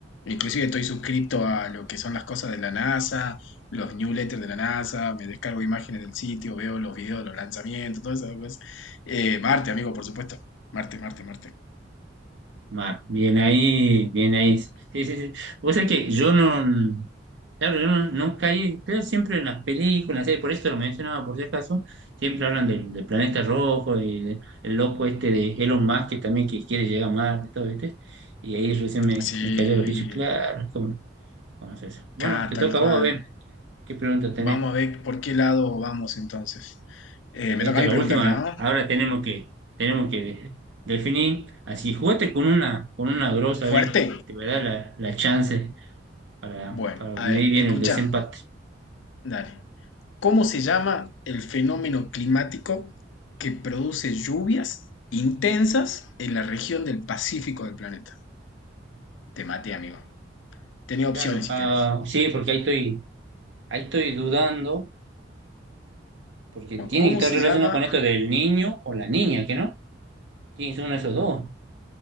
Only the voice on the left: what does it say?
inclusive estoy suscrito a lo que son las cosas de la NASA, los newsletters de la NASA, me descargo imágenes del sitio, veo los videos de los lanzamientos, todas esas cosas. Eh, Marte, amigo, por supuesto. Marte, Marte, Marte.
Sí,
acá,
tal
cual.
Vamos a ver por qué lado vamos entonces. Eh,
me toca
a
mí
preguntarte,
¿no?
¿Fuerte?
Bueno,
a
ver,
escucha,
dale. ¿Cómo se llama el fenómeno climático que produce lluvias intensas en la región del Pacífico del planeta? Te maté, amigo. Tenía opciones
si
querés.
Bueno,
¿cómo
se
llama?